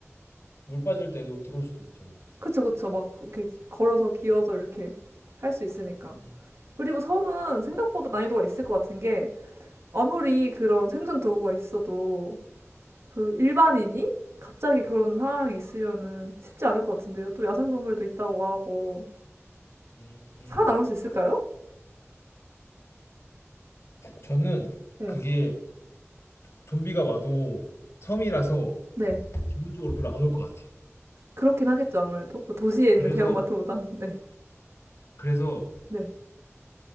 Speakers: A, on the left; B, on the right.
A: 빠질 때도 들어올 수도 있죠. 뭐.
B: 그쵸, 그쵸. 막 이렇게 걸어서 기어서 이렇게 할 수 있으니까.
A: 음,
B: 그리고 섬은 생각보다 난이도가 있을 것 같은 게 아무리 그런 생존 도구가 있어도 그 일반인이 갑자기 그런 상황이 있으면은 쉽지 않을 것 같은데요. 또 야생동물도 있다고 하고
A: 음. 음,
B: 살아남을 수 있을까요?
A: 저는
B: 응.
A: 그게 좀비가 와도 섬이라서
B: 네.
A: 기본적으로 별로 안 올 것 같아. 요
B: 그렇긴 하겠죠, 아무래도. 뭐 도시에 있는
A: 그래서
B: 대형마트보단. 네.
A: 그래서
B: 네.